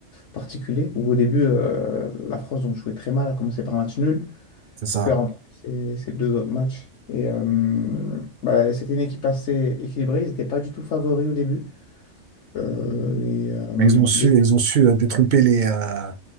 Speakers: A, on the left (about 70°); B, on the right (about 50°).
A: particulier, où au début euh, la France donc, jouait très mal, a commencé par un match nul,
B: C'est ça.
A: puis a remporté ses, ses deux autres matchs. Et euh, bah, c'était une équipe assez équilibrée, ils n'étaient pas du tout favoris au début. Euh, et, euh,
B: Mais ils ont su,
A: il y a-
B: ils ont su euh, détromper les, euh,